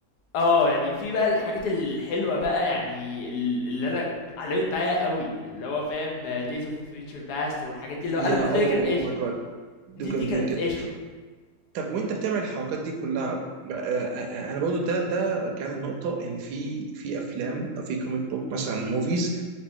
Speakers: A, on the left; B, on the right.
A: اه يعني في بقى الحاجات الحلوة بقى يعني ال- اللي انا علمت معايا قوي اللي هو فاهم آه، Days of the Future Past والحاجات دي
B: يا
A: اللي هو انا بالنسبة
B: اوه
A: لي كانت
B: اوه
A: قشطة
B: ماي جاد دول
A: دي
B: جامدين
A: دي كانت
B: جدا
A: قشطة
B: طب وانت بتعمل الحركات دي كلها آه، آه، انا برضو ده ده رجعني لنقطه ان في في افلام او في كوميك بوك مثلا موفيز